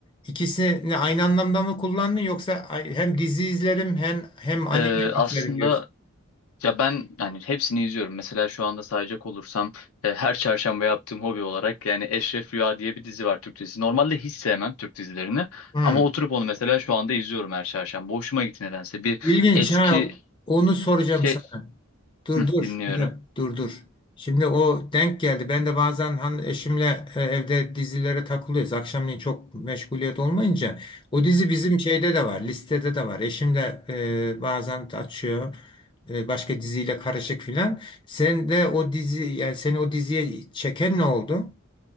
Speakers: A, on the left; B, on the left.
A: ikisini aynı anlamda mı kullandın yoksa ay- hem dizi izlerim hem hem anime
B: Ee, aslında
A: izlerim diyorsun.
B: ya ben yani hepsini izliyorum. Mesela şu anda sayacak olursam e, her çarşamba yaptığım hobi olarak yani Eşref Rüya diye bir dizi var Türk dizisi. Normalde hiç sevmem Türk dizilerini
A: Hmm.
B: ama oturup onu mesela şu anda izliyorum her çarşamba. Hoşuma gitti nedense. Bir
A: İlginç
B: eski
A: ha. Onu soracağım
B: şey
A: sana. Dur
B: Hı,
A: dur
B: dinliyorum.
A: bir dakika dur dur. Şimdi o denk geldi. Ben de bazen hani eşimle e, evde dizilere takılıyoruz. Akşamleyin çok meşguliyet olmayınca. O dizi bizim şeyde de var, listede de var. Eşim de e, bazen açıyor. e, başka diziyle karışık filan. Sen de o dizi yani seni o diziye çeken ne oldu?